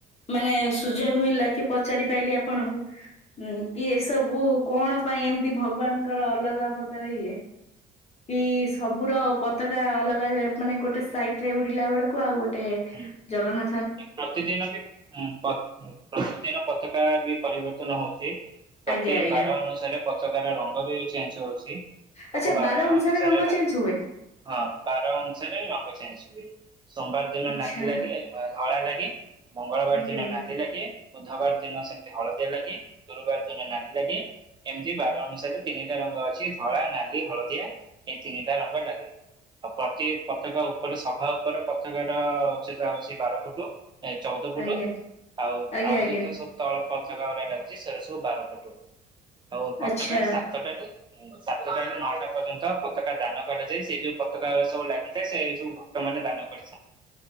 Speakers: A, on the left (about 40°); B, on the right (about 25°).
A: ମାନେ ସୁଯୋଗ ମିଳିଲା କି ପଚାରି ପାଇଲିି ଆପଣଙ୍କୁ କି ଏସବୁ କଣ ପାଇଁ ଏମତି ଭଗବା ନଙ୍କର ଅଲଗା ପ୍ରକାର ଇଏ ବି ସବୁର ପତାକା ଅଲଗା ଯା ମାନେ ଗୋଟେ ସାଇଟ ରେ ଉଡିଲା ବେଳକୁ ଆଉ ଗୋ ଟେ
B: ହୁଁ।
A: ଜଗନ୍ନା
B: ପ୍ରତିଦିନ ବି ପ୍ରତିଦିନ ପତାକା ବି ପରିବର୍ତ୍ତନ ହୋଉଛି। ପ୍ରତି
A: ଆଜ୍ଞା ଆଜ୍ଞା
B: ବାର ଅନୁସାରେ ପତାକାର ରଙ୍ଗ ବି ଚେଞ୍ଜ ହୋଉଛି। ସବୁ
A: ଆଚ୍ଛା
B: ବାର ଅନୁସାରେ
A: ରଙ୍ଗ ଚେଞ୍ଜ ହୁଏ।
B: ହଁ ବାର ଅନୁସାରେ ରଙ୍ଗ ଚେଞ୍ଜ ହୁଏ। ସୋମବାର ଦିନ
A: ଆଚ୍ଛା
B: ନାଲି ଲାଗେ ଧଳା ଲାଗେ ମଙ୍ଗଳବାର
A: ଆଜ୍ଞା
B: ଦିନ
A: ଆଜ୍ଞା
B: ନାଲି ଲାଗେ ବୁଧବାର ଦିନ ସେମିତି ହଳଦିଆ ଲାଗେ ଗୁରୁବାର ଦିନ ନାଲି ଲାଗେ ଏମିତି ବାର ଅନୁସାରେ ତିନିଟା ରଙ୍ଗ ଅଛି ଧଳା ନାଲି ହଳଦିଆ ଏଇ ତିନିଟା ରଙ୍ଗ ଲାଗେ ଆଉ ପ୍ରତି ପତାକା ଉପରେ ସଭା ଉପରେ ପତାକା ଉ ହଉଛି ବାର ଫୁଟ ଚଉଦ ଫୁଟ
A: ଆଜ୍ଞା
B: ଆଉ
A: ଆଜ୍ଞା
B: ଆଉ ଯେତେ ସବୁ ତଳ ପତାକା ଗଡା ଲାଗୁଛି ସେଟା ସବୁ ବାର ଫୁଟ। ଆଉ ପତାକା
A: ଆଜ୍ଞା
B: ସାତଟାରୁ ହୁଁ ସାତଟା ର ନଅଟା ପର୍ଯ୍ୟନ୍ତ ପତାକା ଦାନ କରାଯାଏ ସେଇ ଯୋଉ ପତାକା ସବୁ ଲାଗିଥାଏ ସେଇ ସବୁ ଭକ୍ତମାନେ ଦାନ କରି